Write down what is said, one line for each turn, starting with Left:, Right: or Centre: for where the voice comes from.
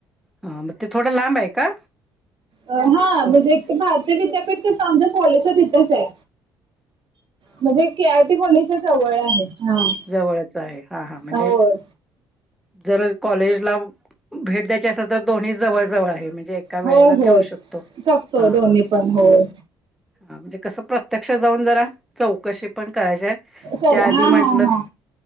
Centre: हा मग ते थोडं लांब आहे का?
Right: हा
Centre: अ,
Right: म्हणजे ते भारती विद्यापीठ तिथं आमच्या कॉलेजच्या तिथंच हाय म्हणजे के आय टी कॉलेजच्या जवळ आहे. हा
Centre: जवळच आहे हा हा म्हणजे
Right: होय
Centre: जर कॉलेजला भेट द्यायची असेल तर दोन्ही जवळ जवळ आहे म्हणजे एका
Right: होय
Centre: वेळेला
Right: होय
Centre: देऊ शकतो
Right: जपतोय
Centre: हा
Right: दोन्ही
Centre: हा
Right: पण होय.
Centre: हा म्हणजे कसं प्रत्यक्ष जाऊन जरा चौकशी पण करायची आहे
Right: कर
Centre: त्या आधी
Right: हा
Centre: म्हण
Right: हा हा